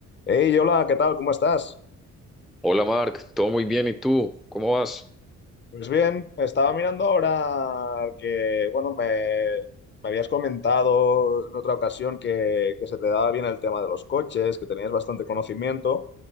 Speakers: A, on the left; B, in the centre.
A: Hey, hola, ¿qué tal? ¿Cómo estás?
B: Hola Mark, todo muy bien, ¿y tú? ¿Cómo vas?
A: Pues bien, estaba mirando ahora que, bueno, me, me habías comentado en otra ocasión que, que se te daba bien el tema de los coches, que tenías bastante conocimiento,